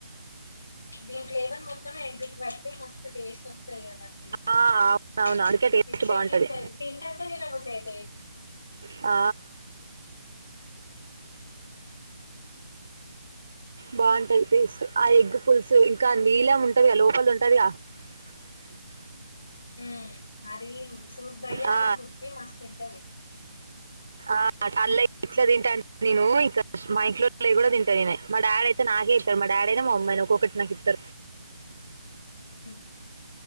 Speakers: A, on the left; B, on the right.
A: దీని ఫ్లవర్ మొత్తం ఎగ్గు కి పట్టి మస్తు టేస్ట్ వస్తది కదా అసలు ఆసలు
B: ఆ అవునవును అందుకే టేస్ట్
A: పిచ్చేకిత్తది
B: బాగుంటుంది
A: తింటంటే తినబుద్ది అయితది
B: ఆ బ్లాంక్ బాగుంటది టేస్ట్ ఆ ఎగ్ పులుసు ఇంకా నీలం ఉంటది గా లోపలిది ఉంటది గా బ్లాంక్
A: ఉ అది సూప్ పోయ్య
B: ఆ
A: అది ఇంకొకటి మస్తు ఉంటది
B: ఆ అల్ల ఇట్లా తింటాంటే నేను ఇక మా ఇంట్లోల్లాయి కూడా తింటాను నేనే మా డాడ అయితే నా నాకే ఇస్తారు మా డాడీ అయినా మా అమమ్మీయినా ఒక్కొక్కటి నాకు ఇస్తరు
A: హుమ్